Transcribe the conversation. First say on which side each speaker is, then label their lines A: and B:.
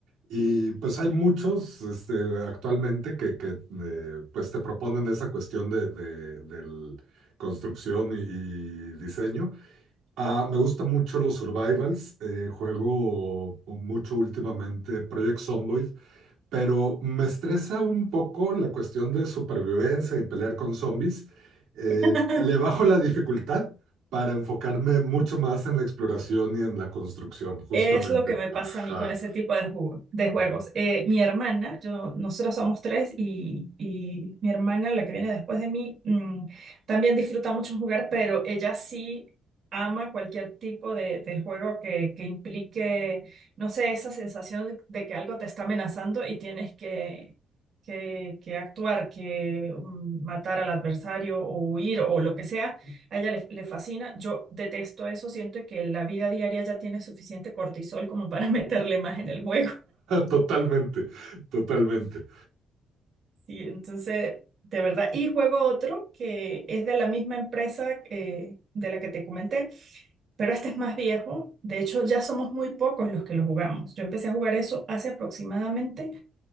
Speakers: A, on the right; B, on the right.
A: y pues hay muchos este, actualmente que, que eh, pues te proponen esa cuestión de, de, del construcción y y diseño. Ah, me gustan mucho los survivals. eh, juego mucho últimamente Project Zomboid, pero me estresa un poco la cuestión de supervivencia y pelear con zombies. Eh,
B: <laughs>
A: le bajo la dificultad para enfocarme mucho más en la exploración y en la construcción, justamente.
B: Es lo que me pasa
A: Ajá.
B: a mí con ese tipo de, jugo- de juegos. Eh, mi hermana, yo, nosotros somos tres y, y mi hermana, la que viene después de mí, mm, también disfruta mucho jugar, pero ella sí ama cualquier tipo de, de juego que, que implique, no sé, esa sensación de, de que algo te está amenazando y tienes que, que, que actuar, que mm, matar al adversario o huir o lo que sea. A ella le, le fascina. Yo detesto eso. Siento que la vida diaria ya tiene suficiente cortisol como para <laughs> meterle más en el juego.
A: <laughs> Totalmente, totalmente.
B: Sí, entonces, de verdad. Y juego otro que es de la misma empresa eh, de la que te comenté, pero este es más viejo. De hecho, ya somos muy pocos los que lo jugamos. Yo empecé a jugar eso hace aproximadamente